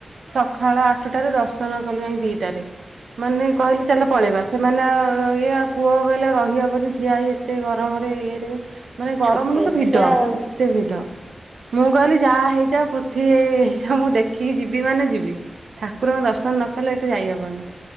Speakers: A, on the right (about 65°); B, on the right (about 15°).
A: ସକାଳ ଆଠଟାରେ ଦର୍ଶନ କଲେ ଆ ଦିଇଟାରେ ମାନେ କହିଲେ ଚାଲ ପଳେଇବା ସେମାନେ ଇଏ ପୁଅ କହିଲେ ରହିହବନି ଠିଆ ହ ଏତେ ଗରମରେ ଇଏରେ ମାନେ ଗରମ
B: ଛୋଟ
A: ନୁ ତ ଭିଡ
B: ଛୁଆ ଆଉ।
A: ଏତେ ଭିଡ ମୁଁ କହିଲି ଯାହା ହେଇଯ ପୃଥିବୀ ହେଇଯ ମୁଁ ଦେଖିକି ଯିବି ମାନେ ଯିବି ଠାକୁରଙ୍କ ଦର୍ଶନ ନ କଲେ ଏଇଠୁ ଯାଇହବନି